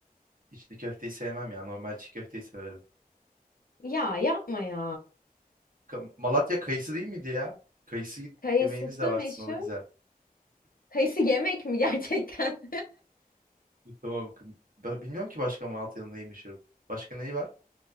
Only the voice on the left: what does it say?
Ya yapma ya.
Kayısısı
meşhur.
Kayısı yemek mi gerçekten? <laughs>